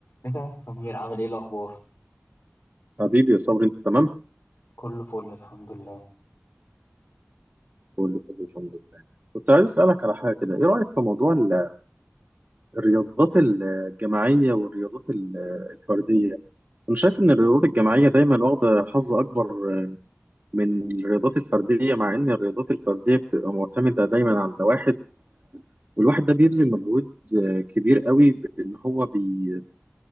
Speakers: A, on the left; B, on the right.
A: مساء يا أستاذ سمير عامل ايه الاخبار
B: حبيبي يا صبري انت تمام؟
A: كله فل الحمد لله
B: كله تمام الحمد لله. كنت عايز اسالك على حاجه كده، ايه رايك في موضوع ال- الرياضات الجماعيه والرياضات ال- الفرديه؟ انا شايف ان الرياضات الجماعيه دايما واخده حظ اكبر من الرياضات الفرديه مع ان الرياضات الفرديه بتبقى معتمده دايما على واحد والواحد ده بيبذل مجهود آه، كبير قوي بان هو بي-